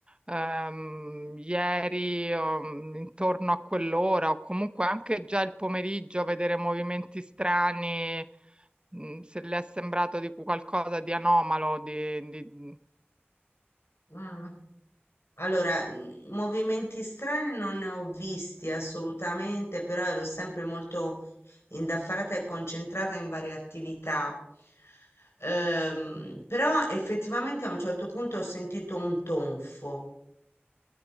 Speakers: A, on the right; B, on the left.
A: ehm, ieri o, mh, intorno a quell'ora o comunque anche già il pomeriggio vedere movimenti strani, mh, se le è sembrato di cu- qualcosa di anomalo, di, di-
B: mm. Allora, mm, movimenti strani non ne ho visti assolutamente, però ero sempre molto indaffarata e concentrata in varie attività. Ehm, però effettivamente a un certo punto ho sentito un tonfo.